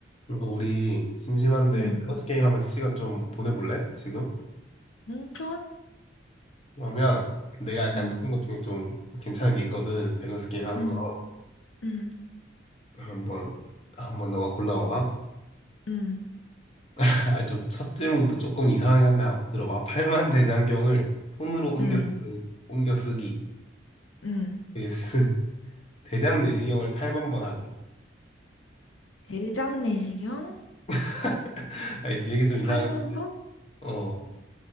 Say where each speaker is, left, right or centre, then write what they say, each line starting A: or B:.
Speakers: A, on the left; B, on the left.
A: 그리고 우리 심심한데
B: 응,
A: 밸런스 게임 하면서 시간 좀 보내볼래? 지금?
B: 응, 좋아.
A: 그러면 내가 약간
B: 어,
A: 찾은 것 중에 좀 괜찮은 게 있거든. 밸런스 게임 하는
B: 응,
A: 거.
B: 응,
A: 한번, 한번 너가 골라봐봐.
B: 응,
A: <laughs> 아, 좀 첫 질문부터 조금 이상하긴 한데 한번 들어봐. 팔만 대장경을 손으로 옮겨,
B: 응,
A: 쓰- 옮겨 쓰기.
B: 응.
A: vs <laughs> 대장 내시경을 팔만번 하기.
B: 대장내시경?
A: <laughs> 아, 이제 이게 좀 이상하긴,
B: 팔만봉?
A: 어.